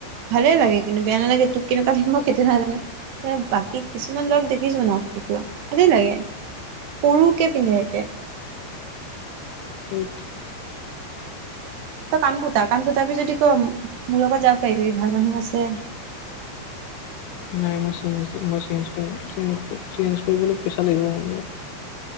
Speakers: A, on the right; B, on the left.
A: ভালে লাগে কিন্তু বেয়া নালাগে তোক কেনেকুৱা লাগে মই খেটো নাজানো। বাকী কিছুমান ল'ৰাক দেখিছো নাক ফুটোৱা, ভাল লাগে সৰুকে পিন্ধে একে।
B: ধেৎ
A: তই কাণফুতা কাণফুতাবি যদি ক' মোৰ লগত যাব পাৰিবি, ভাল মানুহ আছে।
B: নাই মই চেঞ্জ মই চেঞ্জ কৰিম, চেঞজ চেঞ্জ কৰিবলৈ পইচা লাগিব মোৰ।